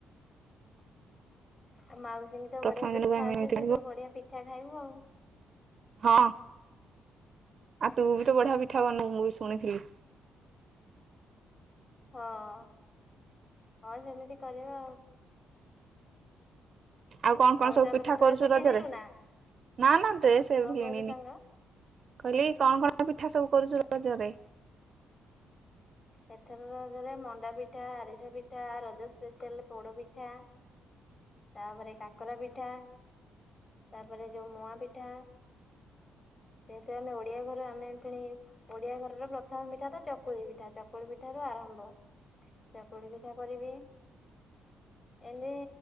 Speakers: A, on the left (about 35°); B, on the right (about 45°).
A: ଆଉ ମାଉସୀଙ୍କୁ ତ
B: ପ୍ରଥମ
A: ବଢିଆ ପିଠା
B: ଦିନକୁ ଆମେ
A: ଆସିଛି
B: ଏମିତି କରିବୁ
A: ତୁ ବଢିଆ ପିଠା ଖାଇବୁ ଆଉ।
B: ହଁ ଆଉ ତୁ ବି ତ ବଢିଆ ପିଠା ବନଉ ମୁଁ ବି ଶୁଣିଥିଲି।
A: ହଁ, ହଁ ସେମିତି କରିବା ଆଉ।
B: ଆଉ କଣ କଣ ସବୁ
A: ତାପରେ
B: ପିଠା
A: ଡ୍ରେସ
B: କରୁଚୁ ରଜରେ
A: କିଣିଲୁ ନା
B: ନା ନା ଡ୍ରେସ ଏବେ
A: କଣ
B: କିଣିନି।
A: କହିଲୁ ସାଙ୍ଗ?
B: କହିଲି କଣ କଣ ପିଠା ସବୁ କରୁଚୁ ରଜରେ?
A: ଏଥର ରଜରେ ମଣ୍ଡା ପିଠା, ଆରିସା ପିଠା ରଜ ସ୍ପେଶାଲ୍ ପୋଡ଼ପିଠା। ତାପରେ କାକରା ପିଠା ତାପରେ ଯୋଉଁ ମୁଆଁ ପିଠା। ଯେଥି ଆମେ ଓଡିଆ ଘରେ ଆମେ ପେଣି ଓଡିଆ ଘରର ପ୍ରଥମ ପିଠା ତ ଚକୁଳି ପିଠା ଚକୁଳି ପିଠାରୁ ଆରମ୍ଭ। ଚକୁଳି ପିଠା କରିବି ଏମି